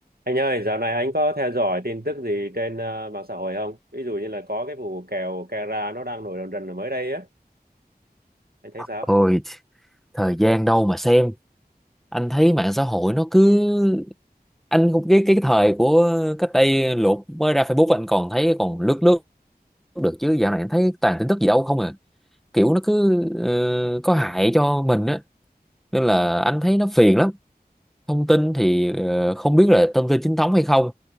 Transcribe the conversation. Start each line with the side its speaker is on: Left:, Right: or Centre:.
Right: Anh ơi, dạo này anh có theo dõi tin tức gì trên ờ, mạng xã hội không? Ví dụ như là có cái vụ kèo Cara nó đang nổi rần rần ở mới đây á. Anh thấy sao?
Centre: Ôi, thời gian đâu mà xem. Anh thấy mạng xã hội nó cứ... Anh cũng cái cái thời của cách đây lụt mới ra Facebook anh còn thấy còn lướt lướt được chứ dạo này anh thấy toàn tin tức gì đâu không à. Kiểu nó cứ ờ, có hại cho mình á. Nên là anh thấy nó phiền lắm. Thông tin thì ờ, không biết là thông tin chính thống hay không.